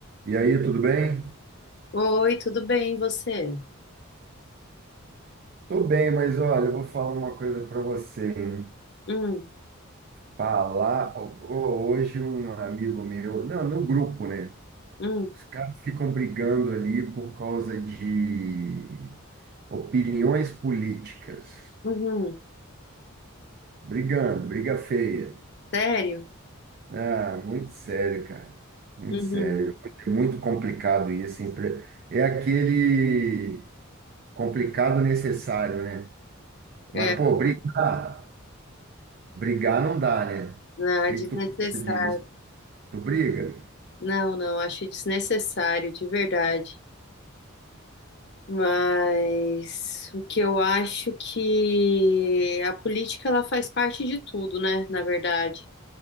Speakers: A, on the right; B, on the left.
A: E aí, tudo bem?
B: Oi, tudo bem, e você?
A: Tô bem, mas olha, eu vou falar uma coisa para você, hein?
B: Hum,
A: Falar, ho- ho- hoje um amigo meu, não, no grupo, né?
B: hum,
A: Os caras ficam brigando ali por causa de opiniões políticas.
B: uhum.
A: Brigando, briga feia.
B: Sério?
A: Ah, muito sério, cara. Muito
B: Uhum.
A: sério. Muito, muito complicado isso. hein? Pre- É aquele complicado necessário, né? Mas,
B: É,
A: pô, brigar. Brigar não dá, né? O
B: não,
A: que
B: é desnecessário.
A: que tu pensa disso? Tu briga?
B: Não, não, acho desnecessário, de verdade. Mas o que eu acho que a política ela faz parte de tudo, né, na verdade.